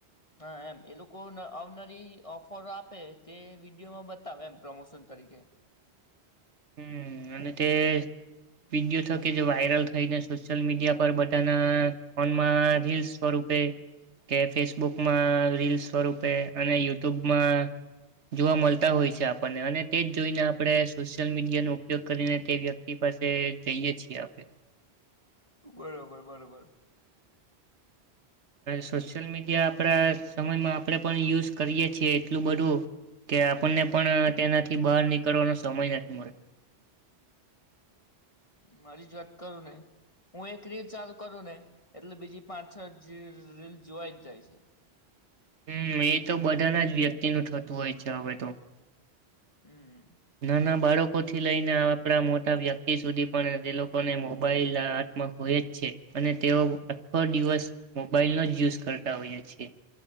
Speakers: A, on the left (about 30°); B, on the right (about 90°).
A: હા, એમ એ લોકો આવનારી ઓફરો આપે તે વિડીયોમાં બતાવે એમ પ્રમોશન તરીકે
B: હમ, અને તે વિડીયો થકી જે વાયરલ થઈને સોશિયલ મીડિયા પર બધાના ફોનમાં રીલસ સ્વરૂપે કે ફેસબુકમાં રીલ સ્વરૂપે અને યુટ્યુબમાં જોવા મલતા હોય છે આપણને અને તે જ જોઈને આપણે સોશિયલ મીડિયા નો ઉપયોગ કરીને તે વ્યક્તિ પાસે જઈએ છીએ આપણે
A: બરોબર, બરોબર
B: સોશિયલ મીડિયા આપણા સમયમાં આપણે પણ યુઝ કરીએ છીએ એટલું બધું કે આપણને પણ તેનાથી બહાર નીકળવાનો સમય નથી મળતો
A: મારી જ વાત કરું ને હું એક રીલ ચાલુ કરું ને એટલે બીજી પાંછ, છ, રીલ જોવાઈ જ જાય છે
B: હમ, એ તો બધાના જ વ્યક્તિનું થતું હોય છે હવે તો
A: હમ
B: નાના બાળકો લોકોથી લઈને આપણા મોટા વ્યક્તિ સુધી પણ તે લોકોને મોબાઈલ હાથમાં હોય જ છે અને તેઓ આખો દિવસ મોબાઈલનો જ યુઝ કરતા હોઈએ છીએ